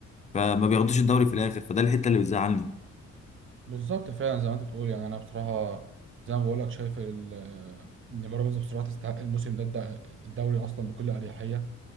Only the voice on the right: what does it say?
بالظبط فعلا زي ما انت بتقول يعني انا بصراحه زي ما بقول لك شايف ال- ان بيراميدز بصراحه تستحق الموسم ده الد- الدوري اصلا بكل اريحيه